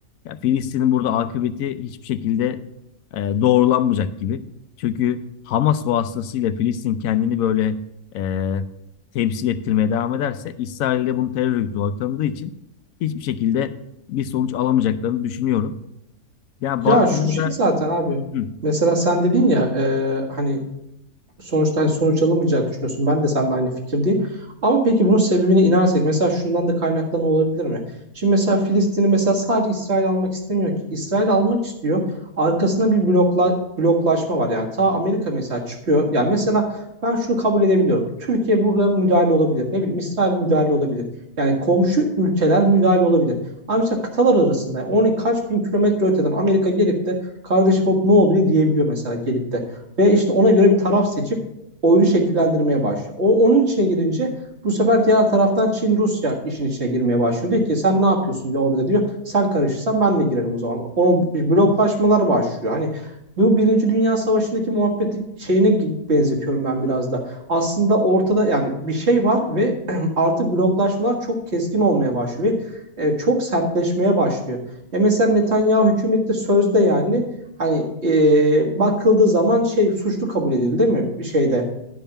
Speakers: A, on the left (about 70°); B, on the right (about 45°).
A: ya Filistin'in burada akıbeti hiçbir şekilde e, doğrulanmayacak gibi. Çünkü Hamas vasıtasıyla Filistin kendini böyle e, temsil ettirmeye devam ederse İsrail de bunu terör örgütü olarak tanıdığı için hiçbir şekilde bir sonuç alamayacaklarını düşünüyorum. Ya baktığında
B: Ya şu şey
A: da
B: zaten abi.
A: Hı,
B: Mesela sen dedin ya e, hani Sonuçtan sonuç alamayacağını düşünüyorsun. Ben de seninle aynı fikirdeyim. Ama peki bunun sebebine inersek mesela şundan da kaynaklanma olabilir mi? Şimdi mesela Filistin'i mesela sadece İsrail almak istemiyor ki. İsrail almak istiyor. Arkasında bir blokla bloklaşma var. Yani ta Amerika mesela çıkıyor. Yani mesela ben şunu kabul edebiliyorum. Türkiye burada müdahale olabilir. Ne bileyim İsrail müdahale olabilir. Yani komşu ülkeler müdahale olabilir. Ama mesela kıtalar arasında 10 kaç bin kilometre öteden Amerika gelip de kardeşim hop ne oluyor diyebiliyor mesela gelip de. Ve işte ona göre bir taraf seçip oyunu şekillendirmeye başlıyor. O onun içine girince bu sefer diğer taraftan Çin Rusya işin içine girmeye başlıyor. Diyor ki sen ne yapıyorsun diyor orada diyor. Sen karışırsan ben de girerim o zaman. O bloklaşmalar başlıyor. Hani bu Birinci Dünya Savaşı'ndaki muhabbeti şeyine benzetiyorum ben biraz da. Aslında ortada yani bir şey var ve <clears throat> artık bloklaşmalar çok keskin olmaya başlıyor ve e, çok sertleşmeye başlıyor. E mesela Netanyahu hükümette sözde yani Hani e, bakıldığı zaman şey suçlu kabul edildi değil mi? Bir şeyde